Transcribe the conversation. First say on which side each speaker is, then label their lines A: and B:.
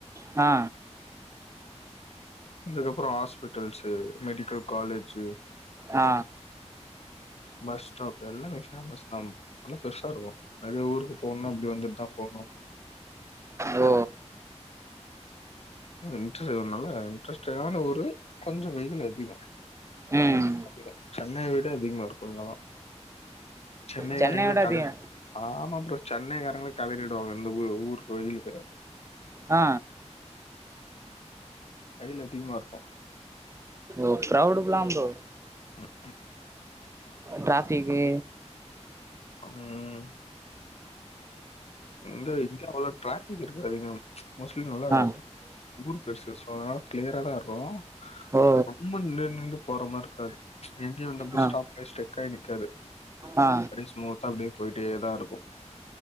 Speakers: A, on the right; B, on the left.
A: ஆ
B: அதுக்கப்பறோ ஹாஸ்பிட்டல்ஸு மெடிக்கல் காலேஜு
A: ஆ
B: பஸ்ஸ்டாப் எல்லாமே ஃபேமஸ் தா நல்லா பெருசா இருக்கு நெறைய ஊருக்கு போணுனா இப்டி வந்துட்டுதா போணு
A: ஓ
B: இன்ட்ரனால இன்ட்ரெஸ்டான ஊரு கொஞ்சோ வெயிலு அதிகோ
A: ம்
B: ஆமா ப்ரோ அதிகம் சென்னைய விட அதிகமா இருக்கு இங்கெல்லா சென்னைக்காரங்களே
A: சென்னை விட
B: கதறி
A: அதிகோ
B: ஆமா ப்ரோ சென்னைக்காரங்களே கதறிடுவாங்க இந்த ஊ ஊருக்கு வெயிலுக்கு
A: ஆ
B: வெயிலு அதிகமா இருக்கு
A: ஓ க்ரவுடுக்லா ப்ரோ
B: ம்
A: டிராஃபிக்கு
B: ம் எங்க இங்க அவ்ளோ டிராஃபிக் இருக்காதுங்க மோஸ்ட்லி நல்லா
A: ஆ
B: ஊரு பெருசு சோ அதனால கிளியராதா இருக்கு
A: ஓ
B: ரொம்ப நின்னு நின்னு போற மாரி இருக்காது எங்கியு வந்து அப்டி
A: ஆ
B: ஸ்டாப் ஸ்டெக்காகி நிக்காது
A: ஆ
B: அப்டி ஸ்மூத்தாக அப்டியே போயிட்டேதா இருக்கு